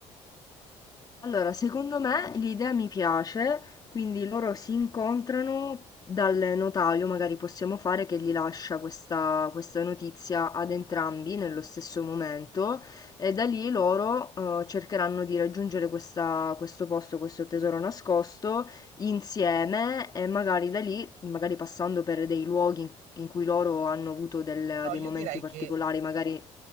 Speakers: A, on the left; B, on the right.
A: Allora, secondo me l'idea mi piace, quindi loro si incontrano dal notaio, magari possiamo fare che gli lascia questa, questa notizia ad entrambi nello stesso momento e da lì loro eh, cercheranno di raggiungere questa- questo posto, questo tesoro nascosto insieme e magari da lì, magari passando per dei luoghi in, in cui loro hanno avuto del-
B: No,
A: dei
B: io
A: momenti
B: direi
A: particolari,
B: che
A: magari...